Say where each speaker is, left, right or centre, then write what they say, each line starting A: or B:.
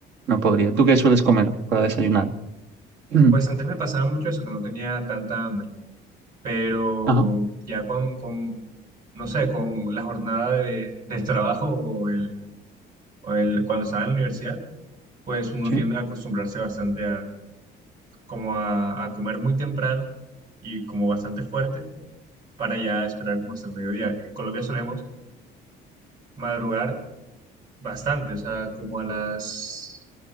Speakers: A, on the right; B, on the right.
A: no podría. ¿Tú qué sueles comer para desayunar? <clears throat> Mm,
B: pues antes me pasaba mucho eso, que no tenía tanta hambre, pero
A: Ajá,
B: ya con, con no sé, con la jornada de, del trabajo o el, o el, cuando estaba en la universidad, pues uno
A: sí.
B: tiende a acostumbrarse bastante a, como a, a comer muy temprano y como bastante fuerte para ya esperar como hasta el mediodía. En Colombia solemos madrugar bastante, o sea, como a las